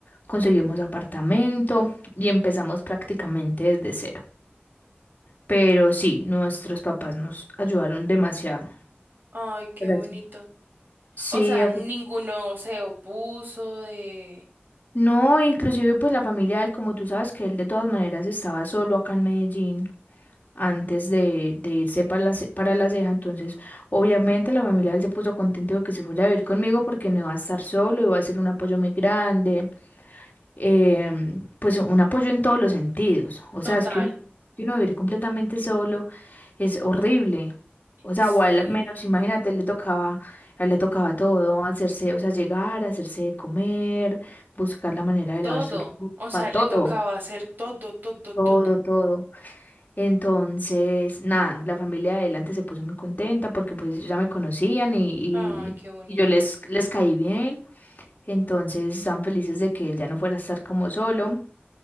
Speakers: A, on the left; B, on the right.
A: conseguimos apartamento y empezamos prácticamente desde cero. Pero sí, nuestros papás nos ayudaron demasiado.
B: Ay, qué
A: Gracias.
B: bonito.
A: Sí,
B: O sea, ninguno se opuso de...
A: No, inclusive pues la familia de él, como tú sabes que él de todas maneras estaba solo acá en Medellín antes de, de irse para la, Ce- para la Ceja, entonces obviamente la familia de él se puso contento de que se fuera a vivir conmigo porque no iba a estar solo, iba a ser un apoyo muy grande, em, pues un apoyo en todos los sentidos. O
B: Total.
A: sea, es que uno, que uno vivir completamente solo es horrible. O sea,
B: Sí.
A: o a él al menos, imagínate, le tocaba, a él le tocaba todo, hacerse, o sea, llegar, hacerse de comer, buscar la manera de
B: todo.
A: lavar su ropa,
B: O sea, le
A: todo,
B: tocaba hacer todo, todo,
A: todo,
B: todo.
A: todo. Entonces, nada, la familia de él antes se puso muy contenta porque pues ellos ya me conocían y, y,
B: Ay, qué bonito.
A: y yo les, les caí bien. Entonces, estaban felices de que él ya no fuera a estar como solo.